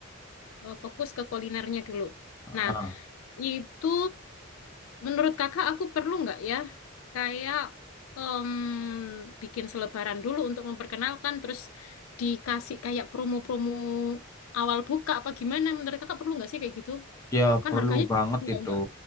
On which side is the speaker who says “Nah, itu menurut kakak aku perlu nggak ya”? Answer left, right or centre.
Left